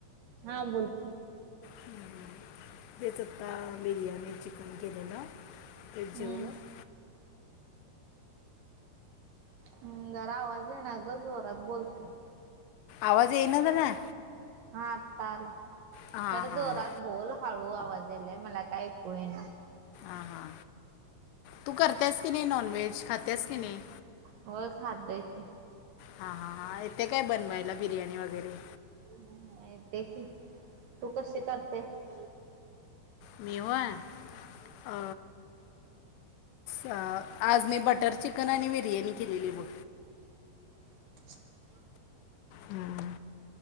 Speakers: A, on the right; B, on the left.
A: हां बोलकीे.
B: ह ह. तेच आता बिर्याणी. <unintelligible> ते जेवलात
A: हम्म हम्म जरा आवाज दे ना ग जोरात बोलते.
B: आवाज येईना झालाय.
A: हा आत्ता आला.
B: हां
A: जरा
B: हां
A: जोरात बोल हळू आवा आवाज यायलाय मला काय ऐकू येईना.
B: हा हा तू करतेस कि नाही नॉन व्हेज खातेस की नाही.
A: होय खातेय की
B: हा हा हाय तेे काय बनवायला बिर्याणी वगैरे
A: करतेय की तू कशी करतेस.
B: मी होय अ अ आज मी बटर चिकन आणि बिर्याणी केलेली आहे बघ.
A: <unintelligible>
B: हम्म